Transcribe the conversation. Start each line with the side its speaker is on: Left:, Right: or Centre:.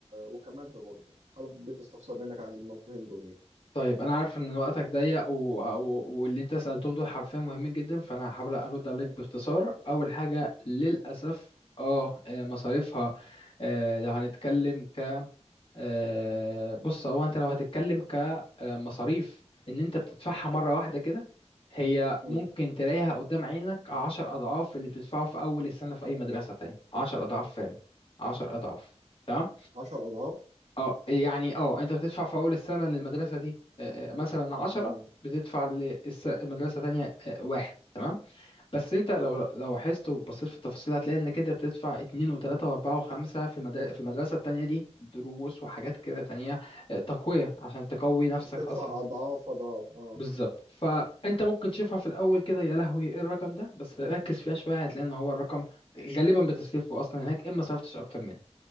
Right: وكمادة برضه حابب تستفسر منك عن النقطتين دول يعني
Left: طيب أنا عارف إن وقتك ضيق و... و... واللي أنت سألتهم دول حرفيا مهمين جدا فأنا هحاول أرد عليك
Right: م.
Left: باختصار أول حاجة للأسف
Right: تمام
Left: اه آه، مصاريفها آه، لو هنتكلم آه، بص هو انت لو هتتكلم كمصاريف ان انت بتدفعها مره واحده كده هي
Right: م.
Left: ممكن تلاقيها قدام عينك عشر اضعاف اللي بتدفعه في اول السنه في اي مدرسه تانية عشر اضعاف فعلا عشر اضعاف تمام
Right: 10 أضعاف
Left: اه يعني اه انت بتدفع في اول السنه للمدرسه دي آه، آه، مثلا عشرة
Right: م.
Left: بتدفع لمدرسه
Right: تمام
Left: تانية آه، واحد تمام بس انت لو
Right: أيوه
Left: لو لاحظت وبصيت في التفاصيل هتلاقي انك انت بتدفع اتنين وتلاتة واربعة وخمسة في المدارس في المدرسة التانية دي دروس وحاجات كده تانية اه، تقوية عشان تقوي نفسك
Right: فبتدفع
Left: اصلا
Right: أضعاف أضعاف أه
Left: بالظبط فانت ممكن تشوفها في الاول كده يا لهوي ايه الرقم ده بس ركز فيها شوية هتلاقي ان هو الرقم غالبا بتصرفه اصلا هناك اما صرفتش اكتر منه